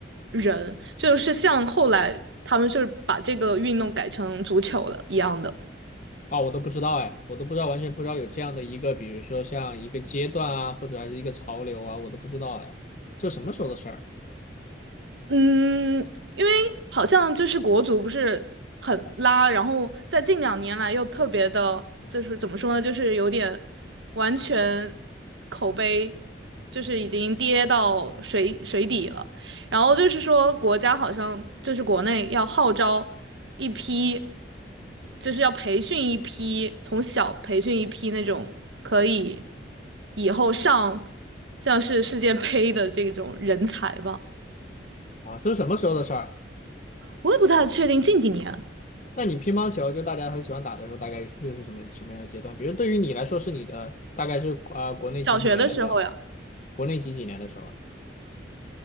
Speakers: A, on the right; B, on the left.
A: 人，就是像后来他们就是把这个运动改成足球了一样的。
B: 啊，我都不知道哎，我都不知道，完全不知道有这样的一个，比如说像一个阶段啊，或者还是一个潮流啊，我都不知道哎，这什么时候的事儿
A: 嗯，因为好像就是国足不是很拉，然后在近两年来又特别的，就是怎么说呢，就是有点完全口碑就是已经跌到水水底了。然后就是说国家好像就是国内要号召一批，就是要培训一批，从小培训一批那种可以以后上像是世界杯的这种人才吧。
B: 啊？这是什么时候的事儿？
A: 我也不太确定近几年，
B: 那你乒乓球就大家很喜欢打的时候，大概又是什么什么样的阶段？比如对于你来说，是你的大概是啊、呃国内几几年的时候？
A: 小学的时候呀。
B: 国内几几年的时候啊？